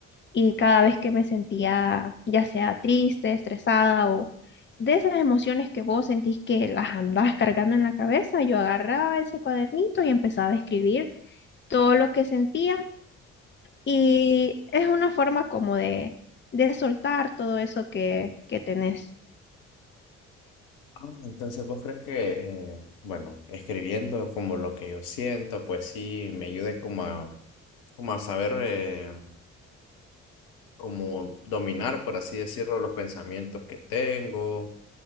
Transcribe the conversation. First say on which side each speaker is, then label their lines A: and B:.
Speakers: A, on the left; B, on the left.
A: y cada vez que me sentía ya sea triste, estresada o de esas emociones que vos sentís que las andás cargando en la cabeza, yo agarraba ese cuadernito y empezaba a escribir todo lo que sentía y es una forma como de, de soltar todo eso que, que tenés.
B: Ah, Entonces, ¿vos crees que, eh, bueno, escribiendo como lo que yo siento, pues sí me ayude como a, como a saber, eh, como dominar, por así decirlo, los pensamientos que tengo,